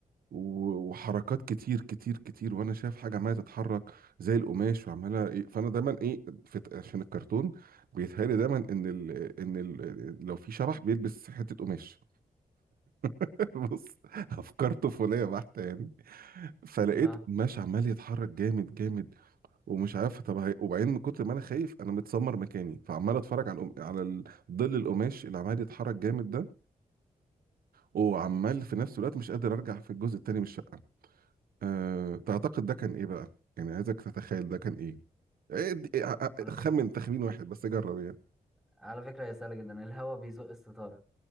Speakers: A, on the right; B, in the centre.
A: و- وحركات كتير كتير كتير وانا شايف حاجة عمالة تتحرك زي القماش وعمالة ايه فانا دايما ايه في عشان الكرتون بيتهيألي دايما ان ال ان ال لو في شبح بيلبس حتة قماش <laughs> بص افكار طفولية بحتة يعني فلقيت
B: اه
A: قماش عمال يتحرك جامد جامد ومش عارف طب هي... وبعدين من كتر ما انا خايف انا متسمر مكاني فعمال اتفرج على القم- على ال- ظل القماش اللي عمال يتحرك جامد ده وعمال في نفس الوقت مش قادر ارجع في الجزء التاني من الشقه أه تعتقد ده كان ايه بقى يعني عايزك تتخيل ده كان ايه إيه د- إيه، ع- ع-
B: على
A: خمن
B: ف...
A: تخمين واحد بس جرب يعني
B: على فكرة هي سهلة جدا الهوا بيزق الستارة